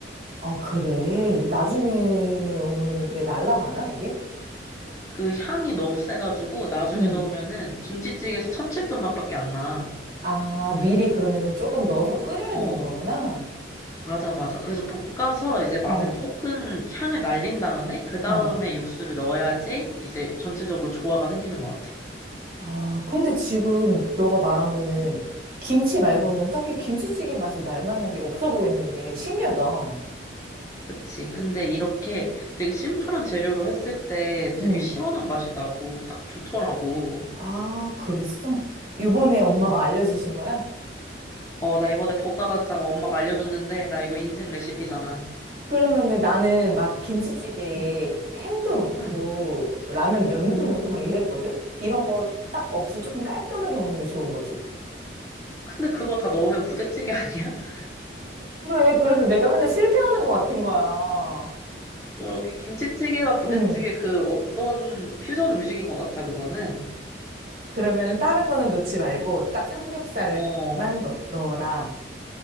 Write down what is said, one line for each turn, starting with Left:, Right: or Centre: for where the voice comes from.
Right: 아, 그래. 나중에는 오면은 왜 날라가나, 이게?
Left: 그 향이 너무 세가지고, 나중에
Right: 응.
Left: 넣으면은, 김치찌개에서 참치액젓 맛밖에 안 나.
Right: 아, 미리 그러면은 조금 넣어서 끓여야
Left: 어,
Right: 되는 거구나?
Left: 맞아, 맞아. 그래서 볶아서 이제 맛을
Right: 어,
Left: 조금 향을 날린 다음에 그
Right: 어.
Left: 다음에 육수를 넣어야지 이제 전체적으로 조화가 생기는 것 같아.
Right: 아, 근데 지금 너가 말한 거는
Left: 음,
Right: 김치 말고는
Left: 음,
Right: 딱히 김치찌개 맛이 날 만한 게 없어 보이는데 신기하다. 어,
Left: 그치. 근데 이렇게 되게 심플한 재료로 했을 때 되게
Right: 응.
Left: 시원한 맛이 나고 딱 좋더라고.
Right: 아, 그랬어? 요번에 엄마가
Left: 음.
Right: 알려주신 거야?
Left: 어, 나 이번에 볶아 갔다가 엄마가 알려줬는데 나 이거 인생 레시피잖아.
Right: 그러면은 나는 막 김치찌개에
Left: 음,
Right: 햄도 넣고
Left: 음,
Right: 뭐 라면 면도
Left: 음.
Right: 넣고 막 이랬거든? 이런 거 딱 없이 조금 깔끔하게 먹는 게 좋은 거지.
Left: 근데 그거 다 넣으면 부대찌개 아니야? <laughs>
Right: 그래, 그래서 내가 맨날 실패하는 것 같은 거야.
Left: 이렇게 김치찌개와 부대찌개
Right: 응.
Left: 그 어떤 퓨전 음식인 것 같아, 그거는.
Right: 그러면은 다른 거는 넣지 말고 딱 삼겹살만
Left: 어,
Right: 넣, 넣어라.